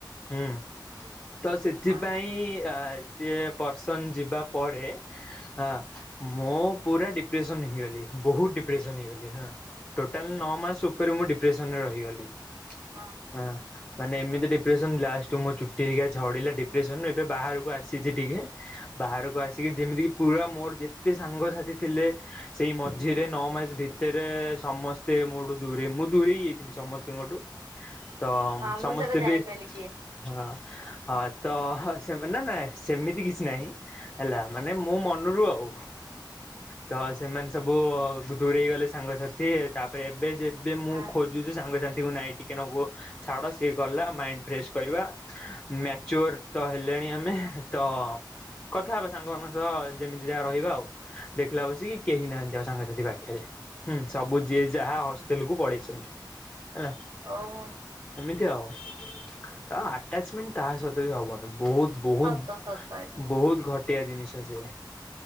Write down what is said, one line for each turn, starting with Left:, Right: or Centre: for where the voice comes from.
Left: ହୁଁ ତ ସେଥିପାଇଁ
Right: ହଁ
Left: ଆ ସିଏ ପର୍ସନ ଯିବା ପରେ ହଁ ମୁଁ ପୁରା ଡିପ୍ରେସନ ହେଇଗଲି ବହୁତ ଡି ପ୍ରେସନ ସେଇଗଲି ହଁ ଟୋଟାଲ ନ ମାସ ଉପରେ ମୁଁ ଡିପ୍ରେସନ ରହିଗଲି।
Right: ହଁ।
Left: ହଁ। ମାନେ ଏମିତି ଡିପ୍ରେସନ ଲାଷ୍ଟ କୁ ମୋ ଚୁଟି ହେରିକା ଝଡିଲା ଡିପ୍ରେସନ ରୁ ଏବେ ବାହାରକୁ ଆସିଚି ଟିକେ ବାହାରକୁ ଆସିକି ଯେମିତି କିି ପୁରା ମୋର ଯେତେ ସାଙ୍ଗସାଥି ଥିଲେ ସେଇ ମଝିରେ ନଅ ମାସ ଭିତରେ ସମସ୍ତେ ମୋଠୁ ଦୂରେଇ ମୁଁ ଦୂରେଇ ଯାଇଥିଲି ସମସ୍ତଙ୍କଠୁ ତ
Right: ହଁ ମୁଁ
Left: ସମସ୍ତେ
Right: ସେଇଟା ଜାଣିପାରିଲି
Left: ଏବେ
Right: କିଏ।
Left: ହଁ ହଁ ତ ସେମ ନା ନା ସେମିତି କିଛି ନାହିଁ ହେଲା ମାନେ ମୋ ମନରୁ ଆଉ ତ ସେମାନେ ସବୁ ଦୂରେଇ ଗଲେ ସାଙ୍ଗସାଥି ତାପରେ ଏବେ ଯେବେ ମୁଁ
Right: ହଁ
Left: ଖୋଜୁଛି ସାଙ୍ଗସାଥିଙ୍କୁ ନାଇଁ ଟିକେ ନାଗୁ ଛାଡ଼ ଟିକେ ଗଲା ମାଇଣ୍ଡ ଫ୍ରେଶ କରିବା ମ୍ୟାଚୋର ତ ହେଲେଣି ଆମେ ତ କଥା ହେବା ସାଙ୍ଗମାନଙ୍କ ସହ ଯେମିତି ଯାହା ରହିବା ଆଉ। ଦେଖିଲା ବଳସିକି କେହି ନାହାନ୍ତି ଆଉ ସାଙ୍ଗସାଥି ପାଖରେ। ହୁଁ ସବୁ ଯିଏ ଯାହା ହଷ୍ଟେଲ କୁ ପଢେଇଛନ୍ତି ହେଲା।
Right: ଓହୋ।
Left: ନ୍ତି ଆଉ ତ ଆଟାଚମେଣ୍ଟ କାହା ସହିତ ବି ହବନି ବହୁତ ବହୁତ
Right: ସତ ସତ ଏଇଟା
Left: ବହୁତ ଘଟିଆ ଜିନିଷ ସେ